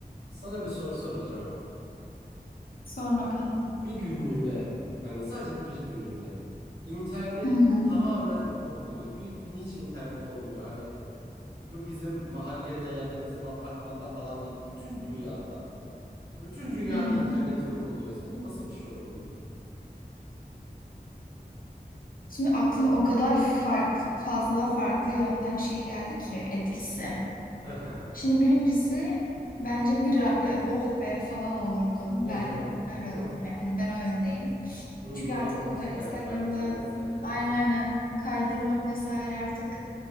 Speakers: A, on the right; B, on the left.
A: Sana bir soru soracağım.
B: Sor bakalım.
A: Bir günlüğüne, hani sadece bir günlüğüne internet
B: Hı hı,
A: tamamen yok oluyor. Bir gün hiç internet olmuyor. Hani bu bizim mahallede ya da bizim apartmanda falan değil. Bütün dünyada. Bütün dünyada
B: hı hı.
A: internet yok oluyor. Sence nasıl bir şey olurdu?
B: Şimdi aklıma o kadar farklı, fazla farklı yönden şey geldi ki etkisi.
A: Hı hı.
B: Şimdi birincisi bence bir e, oh be falan olurdum
A: Hı
B: ben.
A: hı.
B: Öyle olurdum
A: <laughs>
B: yani ben o yöndeyim.
A: Bunu,
B: Çünkü
A: bunu
B: artık
A: atmış
B: o kadar
A: galiba
B: Instagram'da
A: internet seni. Hı hı.
B: aynen aynen kaydırmak vesaire artık